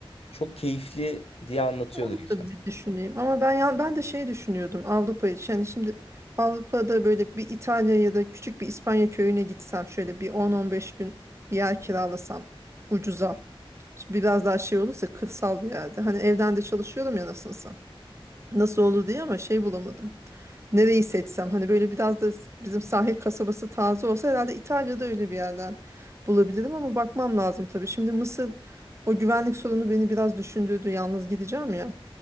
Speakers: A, on the left; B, on the right.
A: Çok keyifli diye anlatıyordu
B: Onu
A: geçen.
B: da bir düşüneyim. Ama ben ya ben de şey düşünüyordum Avrupa için. Yani şimdi Avrupa'da böyle bir İtalya ya da küçük bir İspanya köyüne gitsem şöyle bir 10-15 gün bir yer kiralasam ucuza. Şimdi Biraz daha şey olursa kırsal bir yerde. Hani evden de çalışıyorum ya nasılsa. Nasıl olur diye ama şey bulamadım. Nereyi seçsem hani böyle biraz da bizim sahil kasabası taze olsa herhalde İtalya'da öyle bir yerden bulabilirim ama bakmam lazım tabii. Şimdi Mısır o güvenlik sorunu beni biraz düşündürdü. Yalnız gideceğim ya.